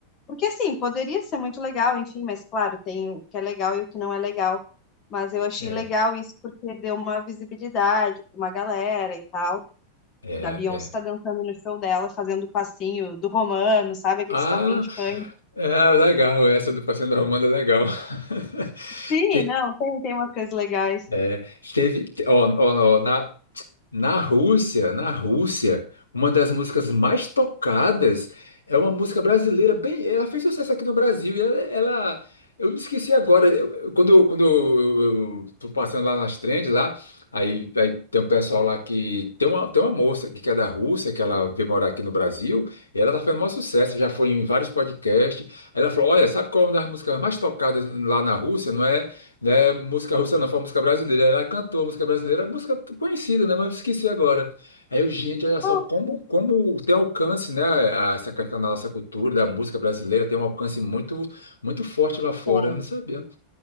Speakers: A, on the left; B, on the left.
A: Porque assim, poderia ser muito legal, enfim, mas claro, tem o que é legal e o que não é legal. Mas eu achei
B: é,
A: legal isso porque deu uma visibilidade pra uma galera e tal.
B: é,
A: Da Beyoncé
B: é.
A: tá dançando no show dela, fazendo o passinho do Romano, sabe? Aqueles
B: Ah,
A: passinhos de funk.
B: é, legal, essa do Passeio da Romana é legal. <laughs>
A: Sim,
B: Te-
A: não, tem, tem umas coisas legais.
B: é, teve, te- ó, ó, ó, na, Na Rússia, na Rússia, uma das músicas mais tocadas é uma música brasileira. Bem, ela fez sucesso aqui no Brasil. E ela, ela- eu me esqueci agora. eu- eu- quando eu- quando eu, eu- eu tô passando lá nas trends lá, aí, aí tem um pessoal lá que tem uma tem uma moça que que é da Rússia que ela veio morar aqui no Brasil. E ela tá fazendo maior sucesso. Já foi em vários podcasts. Aí Ela falou, olha, sabe qual é uma das músicas mais tocadas lá na Rússia? né? Música russa não, foi música brasileira. Ela cantou a música brasileira, a música conhecida, né? Mas eu esqueci agora. Aí eu, gente, olha
A: Qual
B: só como,
A: que não
B: como tem alcance, né? a- Essa canção da nossa cultura, da música brasileira, tem um alcance muito, muito forte lá fora.
A: tem?
B: Eu não sabia.